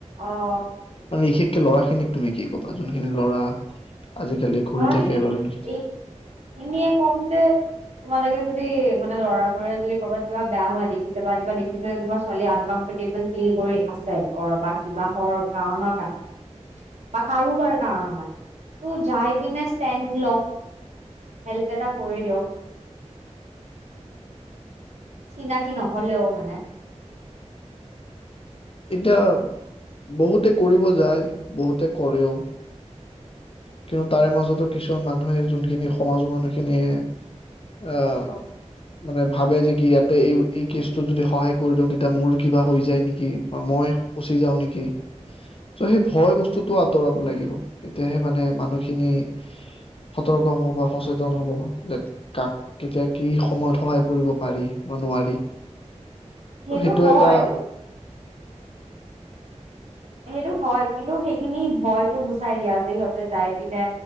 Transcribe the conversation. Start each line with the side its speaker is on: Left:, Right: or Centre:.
Right: অ।
Left: মানে বিশেষকে ল'ৰা খিনিক তুমি কি ক'বা যোনখিনি ল'ৰা। আজিকালি ঘূৰি
Right: ল'ৰাখিনিক
Left: থাকে বা যোনখিনি
Right: এই এনেয়ে কম যে তোমালোকে যদি মানে ল'ৰাবোৰে যদি ক'ৰবাত কিবা বেয়া হোৱা দেখিছে বা কিবা দেখিছে যে কোনোবা ছোৱালী আনকমফৰ্টেবুল ফিল কৰি আছে ক'ৰবাত কিবা হৰ কাৰণৰ কাৰণে বা কাৰোবাৰ কাৰণে তু যায়। কিনে ষ্টেনদ লক হেল্প এটা কৰি দিয়ক। চিনাকি নহ'লেও মানে।
Left: এতিয়া বহুতে কৰিব যায় বহুতে কৰেও কিন্তু তাৰে মাজতো কিছুমান মানুহে যোনখিনি সমাজৰ মানুহখিনিয়ে আহ মানে ভাবে যে কি ইয়াতে এই এই কেছটো যদি সহায় কৰি দিওঁ তেতিয়া মোৰ কিবা হৈ যায় নেকি। বা মই ফচি যাওঁ নেকি ত' সেই ভয় বস্তুটো আঁতৰাব লাগিব তেতিয়াহে মানে মানুহখিনি সতৰ্ক হ'ব বা সচেতন হ'ব যে কাক কেতিয়া কি সময়ত সহায় কৰিব পাৰি বা নোৱাৰি।
Right: সেইটো
Left: ত
Right: হয়।
Left: এটা
Right: সেইটো হয় কিন্তু সেইখিনি ভয়তো গুচাই দিয়া যে সিহঁতে যাই পিনে